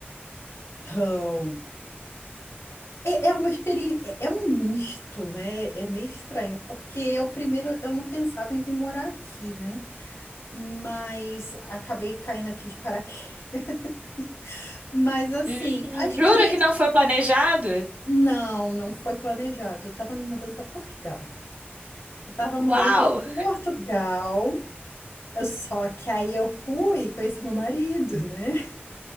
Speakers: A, on the left; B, on the right.
A: Então, é, é uma experiência, é é um misto, né? É meio estranho, porque eu primeiro eu não pensava em vir morar aqui, né? Mas acabei caindo aqui de paraquedas. <laughs> Mas assim,
B: <laughs>
A: a experiência
B: Jura que não foi planejado?
A: Não, não foi planejado. Eu tava me mudando para Portugal. Eu tava
B: Uau!
A: mudando para Portugal. Só que aí eu fui, conheci meu marido, né?